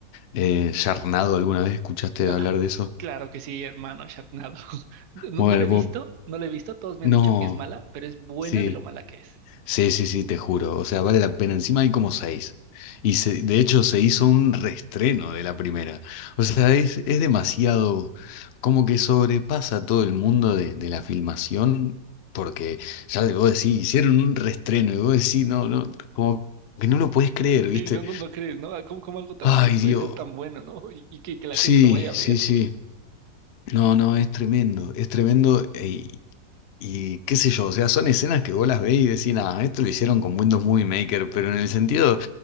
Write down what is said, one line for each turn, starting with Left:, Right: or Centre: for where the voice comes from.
Left: Eh, Yarnado, ¿alguna vez escuchaste
Right: Ah,
Left: hablar de eso?
Right: claro que sí, hermano, Sharknado. <laughs> No,
Left: Bueno,
Right: no
Left: el
Right: la he visto,
Left: Bob-
Right: no la he visto, todos me
Left: no,
Right: han dicho que es mala, pero es buena
Left: sí,
Right: de lo mala que es.
Left: sí, sí, sí, te juro. O sea, vale la pena. Encima hay como seis. Y se- de hecho se hizo un reestreno de la primera. O sea, es, es demasiado, como que sobrepasa todo el mundo de, de la filmación, porque ya vos decís, hicieron un reestreno y vos decís, no, no, como que no lo podés creer, ¿viste?
Right: Sí, no, no, no crees, ¿no? Ah, ¿Cómo, cómo algo tan
Left: Ay,
Right: malo puede
Left: Dios.
Right: ser tan bueno, ¿no? <laughs> Y, y que, que la
Left: Sí,
Right: gente lo vaya a
Left: sí,
Right: ver.
Left: sí. No, no, es tremendo, es tremendo. eh, Y qué sé yo, o sea, son escenas que vos las ves y decís, ah, esto lo hicieron con Windows Movie Maker, pero en el sentido,